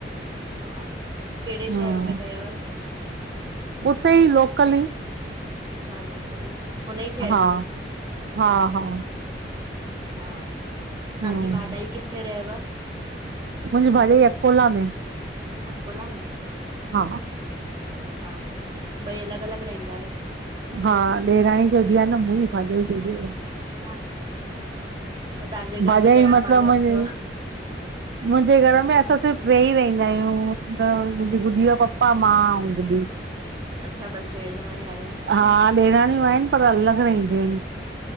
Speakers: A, on the right; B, on the right.
A: अच्छा कहिड़े
B: हम्म
A: शहर में कयवस?
B: उते ई लोकली ई।
A: अच्छा लोकल ई। हुन ई शहर
B: हा
A: जी आ
B: हा हा
A: अच्छा तव्हांजी
B: हम्म
A: भाॾाई किथे रहेव?
B: मुंहिंजी भाॼाई अकोला में।
A: अकोला में?
B: हा
A: अच्छा ॿई अलॻि अलॻि रहंदा आहियो?
B: हा ॾेराणी चय बि आहे न मुंई भाॼाई चय बि आ या।
A: हा हा, तव्हांजे घर
B: भाॼाई
A: में घणा
B: मतिलबु
A: माण्हू अथव?
B: मुंहिंजी मुंहिंजे घर में असां सिर्फ़ु ट्रे ही रहंदा आहियूं मुंहिंजी गुॾीअ जो पपा मां ऐं गुॾी।
A: अच्छा बसि ट्रे ॼणा ई आहियो?
B: हा ॾेराणियूं आहिनि पर अलॻि न रईंदियूं आहिनि।